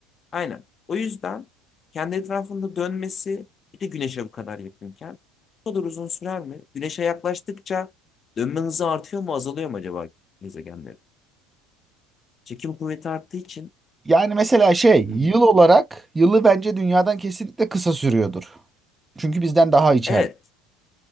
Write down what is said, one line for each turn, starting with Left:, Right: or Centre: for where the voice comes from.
Left: Aynen. O yüzden kendi etrafında dönmesi bir de güneşe bu kadar yakınken bu kadar uzun sürer mi? Güneşe yaklaştıkça dönme hızı artıyor mu azalıyor mu acaba gezegenlerin? Çekim kuvveti arttığı için
Right: Yani mesela şey, yıl
Left: hmm.
Right: olarak yılı bence dünyadan kesinlikle kısa sürüyordur. Çünkü bizden daha içeride.
Left: Evet.